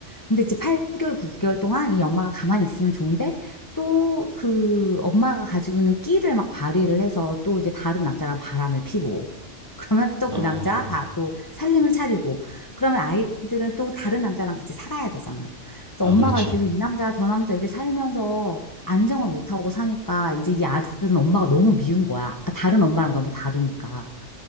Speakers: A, on the left; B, on the right.
A: 근데 이제 8개월, 9개월 동안 이 엄마가 가만히 있으면 좋은데 또 그 엄마가 가지고 있는 끼를 막 발휘를 해서 또 이제 다른 남자랑 바람을 피고 <laughs> 그러면 또
B: 아.
A: 그 남자 봐, 또 살림을 차리고 그러면 아이들은 또 다른 남자랑 같이 살아야 되잖아. 그래서
B: 아
A: 엄마가
B: 그렇지.
A: 계속 이 남자 저 남자 이렇게 살면서 안정을 못 하고 사니까 이제 이 아들은 엄마가 너무 미운 거야. 그러니까 다른 엄마랑 너무 다르니까.